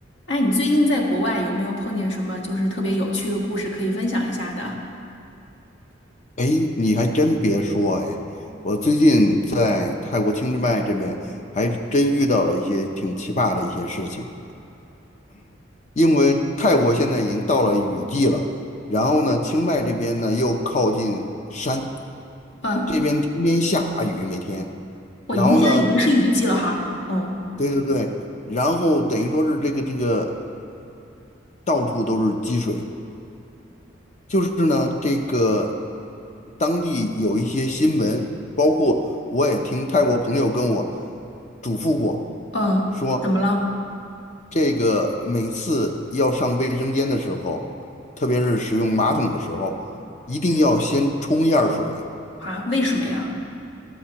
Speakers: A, on the left; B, on the left.
A: 哎，你最近在国外有没有碰见什么就是特别有趣的故事可以分享一下的？
B: 哎，你还真别说，哎，我最近在泰国清迈迈这边还真遇到了一些挺奇葩的一些事情。因为泰国现在已经到了雨季了，然后呢，清迈这边呢又靠近山，
A: 嗯，
B: 这边天天下雨，每天。
A: 我已经现在已经是雨季了哈。
B: 然后呢，
A: 哦，
B: 对对对，然后等于说是这个这个到处都是积水，就是呢，这个当地有一些新闻，包括我也听泰国朋友跟我嘱咐过，
A: 嗯，
B: 说
A: 怎么了？
B: 这个每次要上卫生间的时候，特别是使用马桶的时候，一定要先冲一下水，
A: 啊？为什么呀？